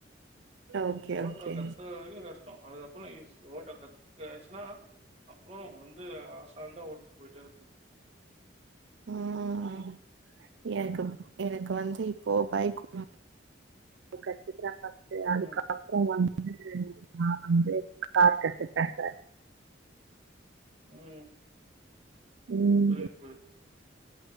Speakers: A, on the right; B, on the right.
A: ஓகே
B: ஓட்ற
A: ஓகே
B: கத்துக்கிறாத வரைக்கு கஷ்டோ அதுக்கப்புறோ ஈசி ஓட்ட கத்துக்கிறாச்சினா அப்புறோ வந்து அசால்டா ஓட்டிட்டு போயிட்டே இருக்கலா
A: ம் எனக்குப்
B: ம்,
A: எனக்கு வந்து இ ப்போ பைக்கு <inaudible> இப்ப தா ஃபர்ஸ்ட்
B: ம்,
A: அதுக்கப்பற வந் உம் நா வந்து கார் கத்துட்டே கரக்ட்
B: உம்
A: ம்
B: உம் உம்